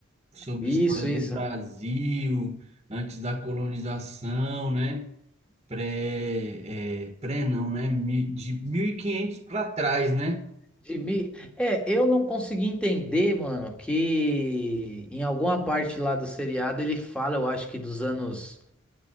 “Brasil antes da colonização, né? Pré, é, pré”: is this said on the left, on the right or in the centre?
Right